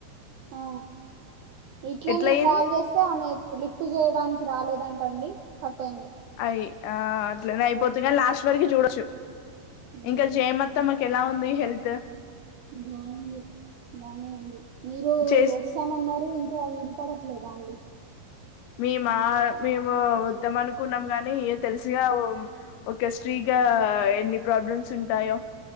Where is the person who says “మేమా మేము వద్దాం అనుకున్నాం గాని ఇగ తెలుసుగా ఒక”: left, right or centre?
Left